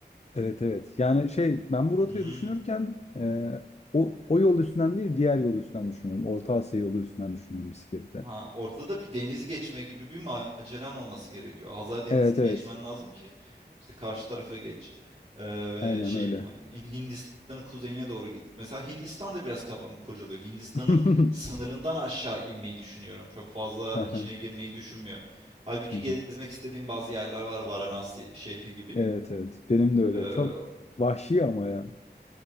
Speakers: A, on the left; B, on the right.
A: Evet evet. Yani şey ben bu rotayı
B: Hmm.
A: düşünürken e, o, o yol üstünden değil diğer yol üstünden düşünüyorum. Orta Asya yolu üstünden düşünüyorum bisiklette.
B: Ha, orada da bir deniz geçme gibi bir maceran olması gerekiyor. Hazar Denizi'ni
A: Evet evet.
B: geçmen lazım ki işte karşı tarafa geç. Ee, ve
A: Aynen
B: şeyin
A: öyle.
B: hani Hin- Hindistan'ın kuzeyine doğru git. Mesela Hindistan da biraz kafamı kurcalıyor. Hindistan'ın
A: <laughs>
B: sınırından aşağı inmeyi düşünüyorum. Çok fazla
A: Aha,
B: içine girmeyi düşünmüyorum. Halbuki
A: hı hı.
B: gezmek istediğim bazı yerler var. Varanasi şehri gibi.
A: Evet evet. Benim de öyle.
B: Ee,
A: Çok vahşi ama ya.